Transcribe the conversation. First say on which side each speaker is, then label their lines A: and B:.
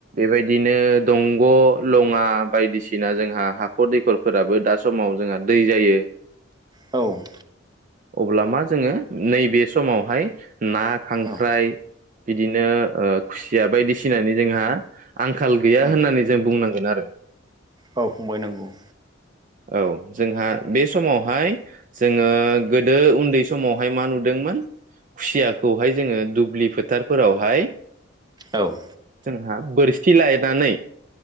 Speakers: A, on the right; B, on the right.
A: बेबायदिनो दंग' लङा बायदिसिना जोंहा हाखर दैखरफोराबो दा समाव जोंहा दै जायो।
B: औ
A: अब्ला मा जोङो नैबे समावहाय ना खांख्राइ।
B: औ
A: बिदिनो ओ खुसिया बायदिसिनानि जोंहा आंखाल गैया
B: औ
A: होननानै जों बुंनां बेनो आरो।
B: औ फंबाय नंगौ।
A: औ जोंहा बे समावहाय जोङो गोदो उन्दै समावहाय मा नुदोंमोन खुसियाखौहाय जोङो दुब्लि फोथारफोरावहाय
B: औ
A: जोंहा बोरसि खिलायनानै